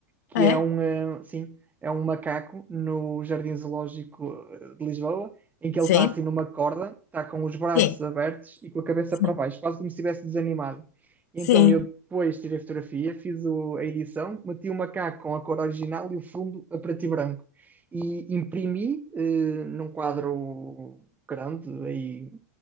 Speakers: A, on the right; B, on the left.
A: que
B: É?
A: é um, eh, sim, é um macaco no Jardim Zoológico eh, de Lisboa, em que
B: Sim?
A: ele está assim numa corda, está com os braços
B: Sim,
A: abertos e com a cabeça
B: sim,
A: para baixo, quase como se estivesse desanimado. Então
B: sim,
A: eu depois tirei a fotografia, fiz o- a edição, meti o macaco com a cor original e o fundo a preto e branco. E imprimi eh, num quadro grande, aí